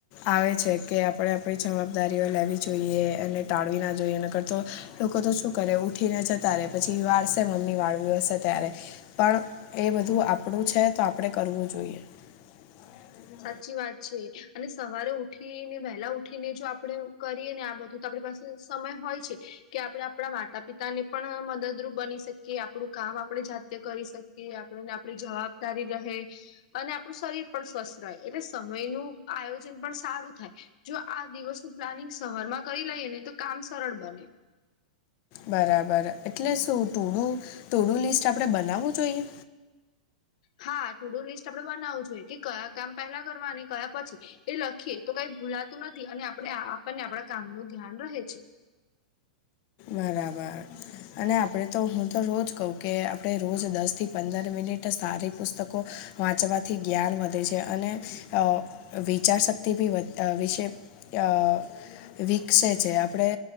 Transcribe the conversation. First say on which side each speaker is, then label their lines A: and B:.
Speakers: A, on the left; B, on the left.
A: આવે છે કે આપડે આપડી જવાબદારીઓ લેવી જોઈએ એને ટાળવી ના જોઈએ નકર તો લોકો તો શું કરે, ઉઠીને જતા રે પછી વાળસે મમ્મી વાળવુ હસે ત્યારે. પણ એ બધું આપડુ છે તો આપડે કરવું જોઈએ. <inaudible>
B: સાચી વાત છે, અને સવારે ઉઠીને વહેલા ઉઠીને જો આપડે કરીએ ને આ બધું તો આપડી પાસે ટૂક સમય હોય છે કે આપડે આપડા માતા-પિતાને પણ મદદરૂપ બની શક કે આપડુ કામ આપડે જાતે કરી શકીએ, આપડન આપડી જવાબદારી રહે. અને આપડુ શરીર પણ સ્વસ્થ રહે એટલે સમયનું આયોજન પણ સારું થાય. જો આ દિવસનું પ્લાનિંગ સવારમાં કરી લઈએ ને તો કામ સરળ બને.
A: બરાબર, એટલે શું ટુ-ડુ ટુ-ડુ લિસ્ટ આપડે બનાવું જોઈએ?
B: હા, ટુ-ડુ લિસ્ટ આપડે બનાવું જોઈએ, કે કયા કામ પેલા કરવા અને કયા પછી એ લખીએ તો કઈ ભૂલાતું નથી અને આપડે આપડને આપડા કામનું ધ્યાન રહે છે.
A: બરાબર. અને આપડે તો હું તો રોજ કઉ કે આપડે રોજ દસ થી પંદર મિનિટ સારી પુસ્તકો વાંચવાથી જ્ઞાન વધે છે, અને અ વિચારશક્તિ ભી વધ અ વિશે અ વિકસે છે આપડે